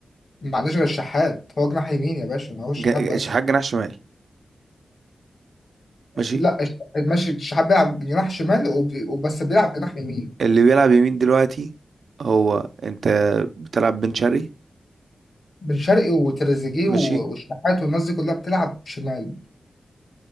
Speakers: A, on the left; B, on the right.
A: ما عندناش غير الشحات هو جناح يمين يا باشا ما هو الشحات
B: جا-
A: بس
B: شحات جناح شمال ماشي
A: لا الش- ماشي الشحات بيلعب جناح شمال وب- وبس بيلعب جناح يمين
B: اللي بيلعب يمين دلوقتي هو انت بتلعب بن شرقي
A: بن شرقي وتريزيجيه
B: ماشي
A: و- والشحات والناس دي كلها بتلعب شمال